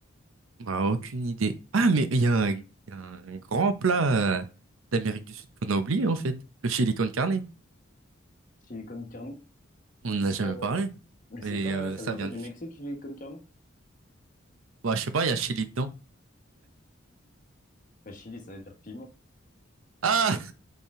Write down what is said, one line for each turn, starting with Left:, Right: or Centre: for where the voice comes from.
Right: On a aucune idée. Ah, mais il y a un, il y a un grand plat euh, d'Amérique du Sud qu'on a oublié, en fait. Le chili con carne.
Left: Chili con carne?
Right: On n'en a jamais
Left: Ah ouais.
Right: parlé.
Left: Mais c'est
Right: Et
Left: pas,
Right: euh,
Left: ça
Right: ça
Left: vient
Right: vient
Left: pas du
Right: du
Left: Mexique,
Right: Chili.
Left: chili con carne?
Right: Bah, je sais pas, il y a chili dedans.
Left: Enfin, chili, ça veut dire piment.
Right: Ah!